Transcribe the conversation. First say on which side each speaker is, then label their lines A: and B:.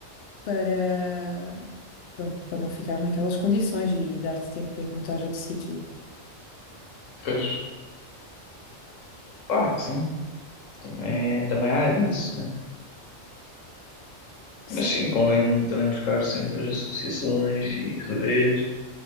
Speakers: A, on the left; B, on the left.
A: para, pronto, para não ficar naquelas condições e dar-te tempo para encontrar outro sítio.
B: pois, pá, sim, também, é, também há disso.
A: Sim,
B: Mas sim, convém também buscar sempre as associações e rever.